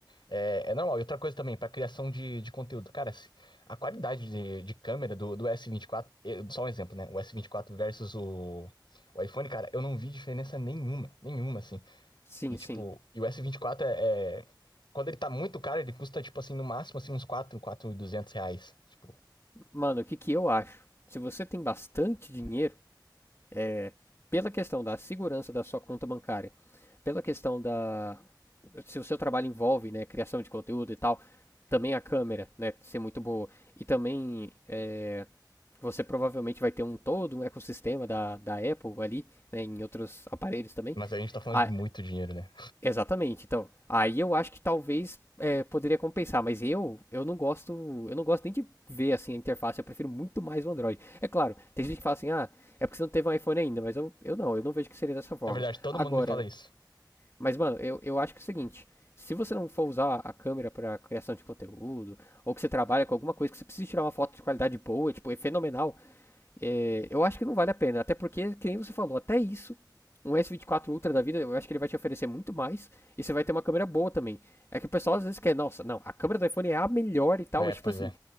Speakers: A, on the left; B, on the left.
A: é, é normal. E outra coisa também, para criação de, de conteúdo. Cara, se- a qualidade de, de câmera do, do S24, eh, só um exemplo, né? O s vinte e quatro versus o, o iPhone, cara, eu não vi diferença nenhuma, nenhuma, assim.
B: sim,
A: E, tipo,
B: sim.
A: e o S24 é, é- Quando ele tá muito caro, ele custa, tipo assim, no máximo, assim, uns quatro quatro mil e duzentos reais. Tipo,
B: Mano, o que que eu acho? Se você tem bastante dinheiro, é, pela questão da segurança da sua conta bancária, pela questão da se o seu trabalho envolve, né, criação de conteúdo e tal, também a câmera, né, ser muito boa e também é, Você provavelmente vai ter um todo um ecossistema da, da Apple ali, né, em outros aparelhos também.
A: mas a gente tá falando
B: Ah,
A: de muito dinheiro, né?
B: exatamente. Então, aí eu acho que talvez é, poderia compensar, mas eu eu não gosto, eu não gosto nem de ver assim a interface, eu prefiro muito mais o Android. É claro, tem gente que fala assim: "Ah, é porque você não teve um iPhone ainda", mas eu, eu não, eu não vejo que seria dessa forma.
A: Na verdade, todo
B: Agora,
A: mundo me fala isso.
B: mas mano, eu, eu acho que é o seguinte, se você não for usar a câmera para criação de conteúdo, ou que você trabalha com alguma coisa que você precisa tirar uma foto de qualidade boa, tipo, é fenomenal, é, eu acho que não vale a pena. Até porque, que nem você falou, até isso, um S24 Ultra da vida, eu acho que ele vai te oferecer muito mais. E você vai ter uma câmera boa também. É que o pessoal às vezes quer, nossa, não, a câmera do iPhone é a melhor e tal.
A: É,
B: É tipo
A: pois
B: assim,
A: é.